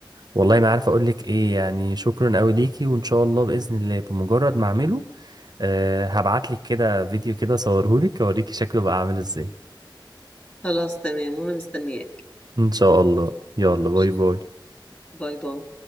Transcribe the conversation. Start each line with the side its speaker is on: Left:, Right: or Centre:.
Right: والله ما عارف اقول لك ايه يعني شكرا قوي ليكي وان شاء الله باذن الله بمجرد ما اعمله أه هبعت لك كده فيديو كده صورهولك اوريكي شكله بقى عامل ازاي
Left: خلاص تمام وانا مستنياك
Right: ان شاء الله يلا باي
Left: ان شاء
Right: باي
Left: الله باي باي